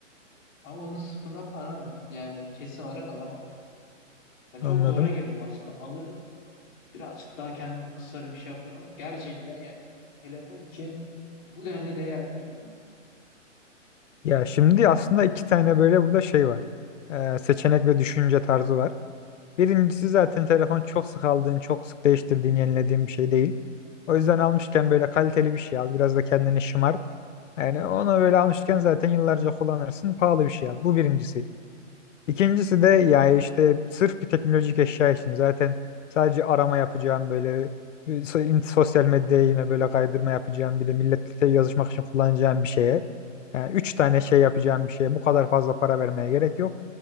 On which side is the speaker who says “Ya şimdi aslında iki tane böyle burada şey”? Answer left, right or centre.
Left